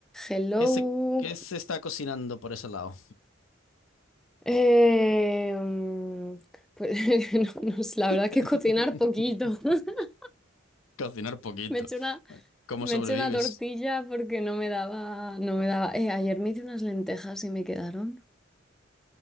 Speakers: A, in the centre; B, on the left.
A: Hello.
B: ¿Qué se, qué se está cocinando por ese lado?
A: Eh, mm, pues <laughs> no, no sé, la verdad
B: <laughs>
A: que cocinar poquito. <laughs>
B: Cocinar poquito.
A: Me eché una,
B: ¿Cómo
A: me
B: sobrevives?
A: eché una tortilla porque no me daba, no me daba. Eh, ayer me hice unas lentejas y me quedaron